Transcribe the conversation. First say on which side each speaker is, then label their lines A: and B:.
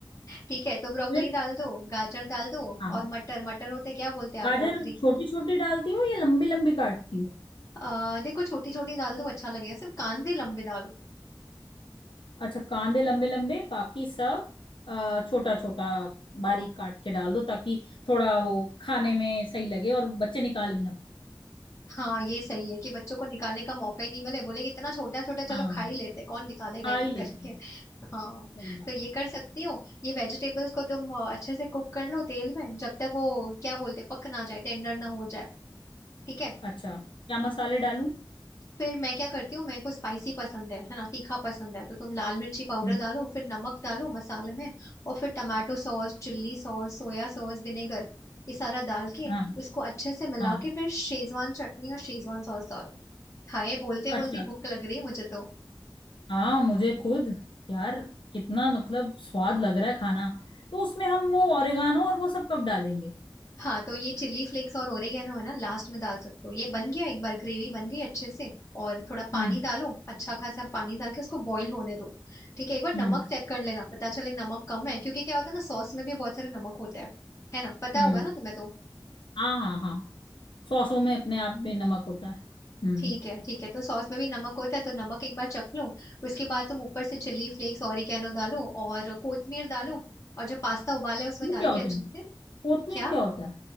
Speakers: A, on the left; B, on the left.
A: ठीक है तो ब्रोकली
B: फिर
A: डाल दो गाजर डाल दो
B: हाँ
A: और मटर मटर होते हैं, क्या बोलते हैं आप
B: गाजर
A: लोग ग्रीन
B: छोटी छोटी डालती हो या लंबी लंबी काटती हो
A: अः देखो छोटी छोटी डाल दो अच्छा लगेगा सिर्फ कांदे लंबे डालो
B: अच्छा कांदे लंबे लंबे बाकी सब छोटा छोटा बारीक काट के डाल दो ताकि थोड़ा वो खाने में सही लगे और बच्चे निकाल भी ना पाए
A: हाँ ये सही है कि बच्चों को निकालने का मौका ही नहीं मिले बोले कि इतना छोटा छोटा चलो
B: हाँ
A: खा ही लेते कौन निकालेगा
B: खा
A: एक
B: ही
A: एक
B: लेते
A: करके
B: हैं
A: <laughs> हाँ
B: सही बात
A: तो ये कर सकती हो ये वेजिटेबल्स को तुम अ, अच्छे से कुक कर लो तेल में जब तक वो क्या बोलते हैं, पक ना जाए टेंडर ना हो जाए ठीक है
B: अच्छा क्या मसाले डालूं
A: फिर मैं क्या करती हूँ मेरे को स्पाइसी पसंद है है ना तीखा पसंद है तो तुम लाल मिर्ची पाउडर
B: हम्म,
A: डालो फिर नमक डालो मसाले में और फिर tomato sauce chilli sauce soya sauce vinegar ये सारा डाल के
B: हाँ
A: उसको अच्छे से मिला
B: हाँ
A: के फिर शेजवान चटनी और शेजवान सॉस डालो हाय बोलते
B: अच्छा
A: बोलते भूख लग रही है मुझे तो
B: हाँ मुझे खुद यार कितना मतलब स्वाद लग रहा है खाना तो उसमें हम वो ओरिगानो और वो सब कब डालेंगे
A: हाँ तो ये चिल्ली फ्लेक्स और ओरिगेनो है ना लास्ट में डाल सकते हो ये बन गया एक बार ग्रेवी बन गई अच्छे से और थोड़ा पानी
B: हम्म
A: डालो अच्छा खासा पानी डाल के उसको बॉईल होने दो ठीक है एक बार नमक
B: हम्म
A: चेक कर लेना पता चले नमक कम है क्योंकि क्या होता है ना सॉस में भी बहुत सारे नमक होता है है ना पता
B: हम्म
A: होगा ना तुम्हें तो
B: हाँ हाँ हाँ सॉसों में अपने आप में नमक होता है हम्म
A: ठीक है ठीक है तो सॉस में भी नमक होता है तो नमक एक बार चख लो उसके बाद तुम ऊपर से चिल्ली फ्लेक्स ओरिगेनो डालो और कोथमीर डालो और जो पास्ता उबाला है उसमें
B: वो
A: डाल
B: क्या
A: के
B: होता
A: अच्छे
B: है
A: से
B: कोथमीर
A: क्या
B: क्या होता है